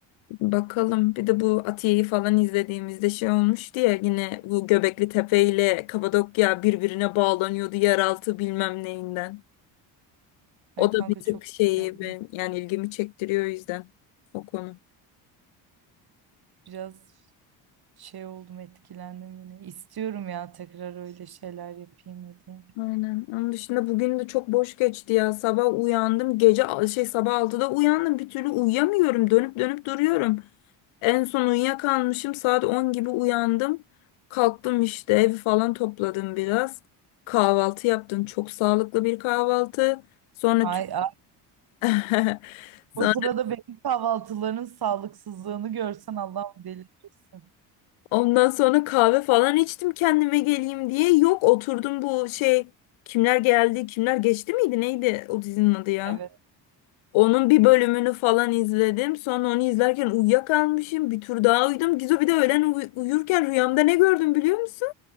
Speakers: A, on the left (about 85°); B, on the right (about 50°).
A: Bakalım bir de bu Atiye'yi falan izlediğimizde şey olmuştu ya yine bu Göbekli Tepe ile Kapadokya birbirine bağlanıyordu yeraltı bilmem neyinden.
B: Ay
A: O
B: kanka
A: da bir tık
B: çok
A: şeyi
B: heyecan-
A: ben yani ilgimi çektiriyor o yüzden o konu.
B: biraz şey oldum etkilendim yine. İstiyorum ya tekrar öyle şeyler yapayım edeyim.
A: Aynen. Onun dışında bugün de çok boş geçti ya. Sabah uyandım. Gece a- şey sabah altıda uyandım. Bir türlü uyuyamıyorum. Dönüp dönüp duruyorum. En son uyuyakalmışım. Saat 10 gibi uyandım. Kalktım işte evi falan topladım biraz. Kahvaltı yaptım. Çok sağlıklı bir kahvaltı. Sonra
B: Ay,
A: tüm...
B: ay
A: <laughs>
B: o
A: Sonra
B: sırada benim kahvaltıların sağlıksızlığını görsen Allah'ım delirirsin.
A: Ondan sonra kahve falan içtim kendime geleyim diye. Yok oturdum bu şey kimler geldi kimler geçti miydi neydi o dizinin adı ya.
B: Evet.
A: Onun bir bölümünü falan izledim. Sonra onu izlerken uyuyakalmışım. Bir tur daha uyudum. Gizo bir de öğlen uy- uyurken rüyamda ne gördüm biliyor musun?